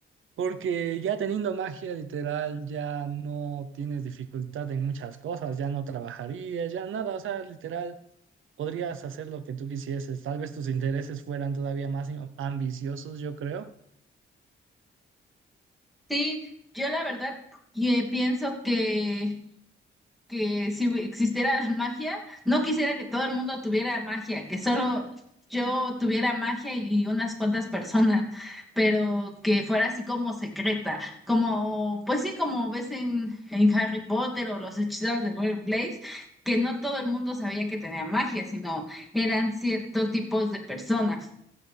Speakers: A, on the right; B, in the centre.
A: Porque ya teniendo magia literal, ya no tienes dificultad en muchas cosas, ya no trabajarías, ya nada, o sea, literal, podrías hacer lo que tú quisieses, tal vez tus intereses fueran todavía más in- ambiciosos, yo creo.
B: Sí, yo la verdad eh, pienso que... que si hubi- existiera la magia, no quisiera que todo el mundo tuviera magia, que solo yo tuviera magia y unas cuantas personas, pero que fuera así como secreta, como, pues sí, como ves en, en Harry Potter o los hechiceros de Waverly Place, que no todo el mundo sabía que tenía magia, sino eran ciertos tipos de personas.